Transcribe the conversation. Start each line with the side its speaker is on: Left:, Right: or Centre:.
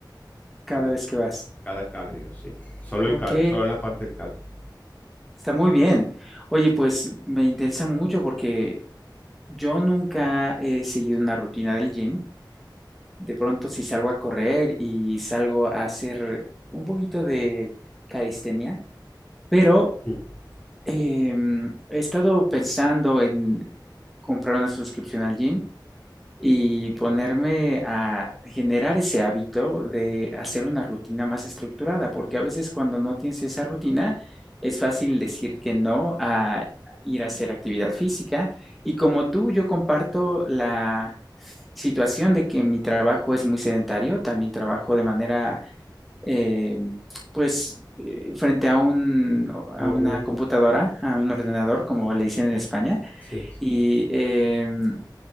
Centre: cada
Left: cada,
Centre: vez que vas.
Left: cada cardio, sí. Solo
Centre: Ok,
Left: el cardio, solo la parte del cardio.
Centre: está muy bien. Oye, pues me interesa mucho porque yo nunca he seguido una rutina del gym. De pronto, si salgo a correr y salgo a hacer un poquito de calistenia, pero
Left: Ujú.
Centre: em, he estado pensando en comprar una suscripción al gym y ponerme a generar ese hábito de hacer una rutina más estructurada, porque a veces cuando no tienes esa rutina es fácil decir que no a ir a hacer actividad física. Y como tú, yo comparto la situación de que mi trabajo es muy sedentario, también trabajo de manera, eh, pues, eh, frente a un,
Left: Guardando-
Centre: a una computadora, a un ordenador, como le dicen en España,
Left: Sí, sí.
Centre: y... em,